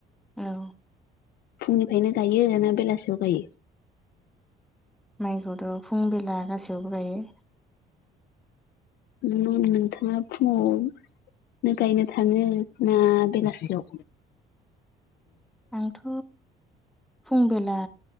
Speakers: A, in the centre; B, on the left.
A: औ
B: फुंनिफ्रायनो गायो ना बेलासियाव गायो?
A: माइखौथ' फुं बेला गासैआवबो गायो।
B: नु नोंथांङा फुङाव नो गायनो थाङो ना बेलासियाव
A: आंथ' फुं बेला